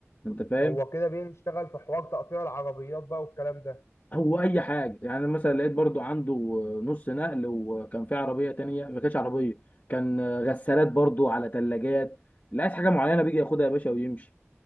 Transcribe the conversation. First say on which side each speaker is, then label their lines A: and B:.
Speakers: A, on the left (about 40°); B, on the left (about 65°).
A: انت فاهم
B: هو كده بيشتغل في حوار تقطيع العربيات بقى والكلام ده
A: هو اي حاجه يعني مثلا لقيت برضو عنده نص نقل وكان في عربيه تانية ما كانتش عربيه كان غسالات برضو على ثلاجات لا عايز حاجه معينه بيجي ياخدها يا باشا ويمشي